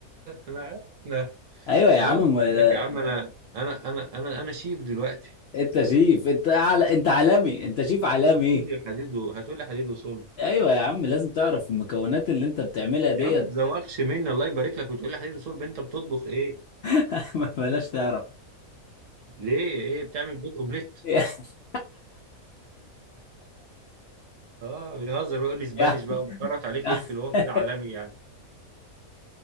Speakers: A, on the right; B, on the left.
A: انا عارف احنا
B: ايوه يا
A: الله
B: عم
A: يقول
B: ما-
A: لك يا عم انا انا انا انا انا شيف دلوقتي
B: انت شيف انت على انت عالمي انت شيف عالمي
A: هتقول لي حديد و... هتقول لي حديد وصلب
B: ايوه يا عم لازم تعرف المكونات اللي انت بتعملها ديت
A: يا عم ما تزوقش مني الله يبارك لك وتقول لي حديد وصلب انت بتطبخ ايه
B: <laughs> بلاش تعرف
A: ليه ايه بتعمل بيت اومليت
B: <laughs>
A: اه بيهزر ويقول لي اسبانيش
B: يا
A: بقى
B: <laughs>
A: وبكرت عليه فلفل وهو كده عالمي يعني